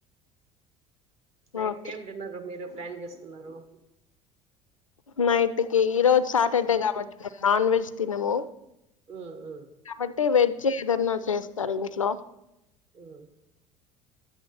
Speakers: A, on the right; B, on the left.
A: నైట్
B: ఓకే
A: ఏమి డిన్నర్ మీరు ప్లాన్ చేస్తున్నారు
B: నైట్ కి ఈరోజు సాటర్డే కాబట్టి నేను నాన్ వెజ్ తినము
A: ఉమ్, ఉమ్,
B: కాబట్టి వెజ్ ఏదన్నా చేస్త సరందిట్లా <inaudible>
A: ఆ